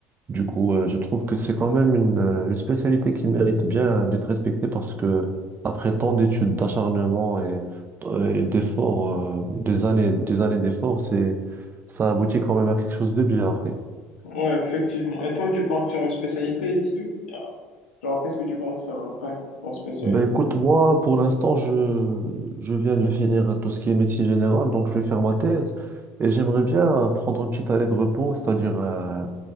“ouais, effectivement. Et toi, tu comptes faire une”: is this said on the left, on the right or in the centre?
Left